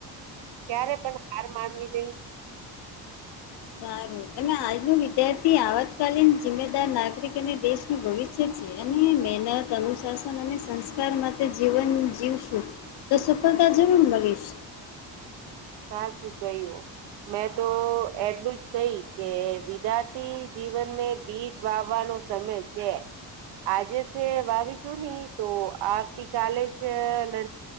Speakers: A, on the right; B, on the left.
A: ક્યારે પણ હાર મા નવી દઈ
B: સારું અને આજનું વિદ્યાર્થી આવતકાલીન જિમ્મેદાર નાગરિક અને દેશનું ભવિષ્ય છે અને મહેનત અનુશાસન અને સંસ્કાર માટે જીવન જીવશું તો સફળતા જરૂર મળીશ
A: સાચું કઈઓ. મેં તો એટલું જ કહી કે વિદ્યાર્થી જીવન ને બીજ વાવવાનો સમય છે. આજે છે વાવી છું ની તો આવતી કાલે જને